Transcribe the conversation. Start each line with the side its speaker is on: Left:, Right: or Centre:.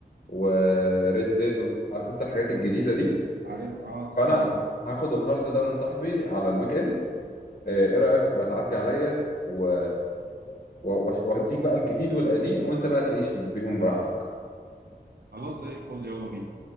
Left: وريد ديد و... Red Dead و- عارف انت الحاجات الجديده دي
Right: عارف اه اسمع
Left: فانا
Right: عنه
Left: هاخد الهارد ده من صاحبي على الويك اند آه، ايه رايك تبقى تعدي عليا و و- وأش- وهديك بقى الجديد والقديم وانت بقى تعيش بيهم براحتك
Right: خلاص زي الفل يلا بينا